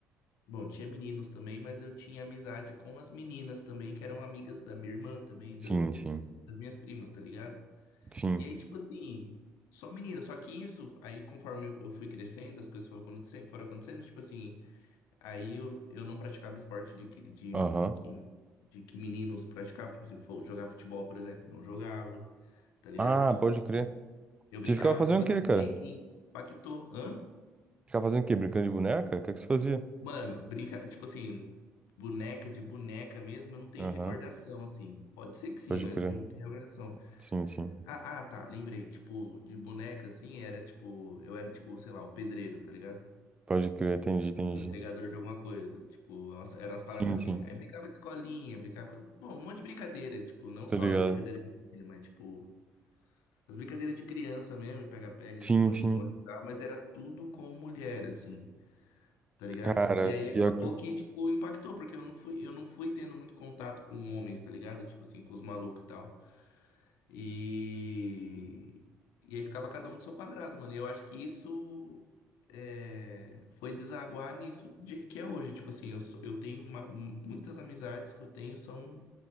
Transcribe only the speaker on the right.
Sim,
sim.
Sim.
Aham.
Ah,
pode
crer.
Você ficava fazendo
o
quê, cara?
Ficava fazendo o quê? Brincando de boneca? O que é que você fazia?
Aham.
Pode
crer.
Sim, sim.
Pode crer. Entendi, entendi.
Sim, sim.
Tá
ligado?
Sim,
sim.
Cara,
pior
que.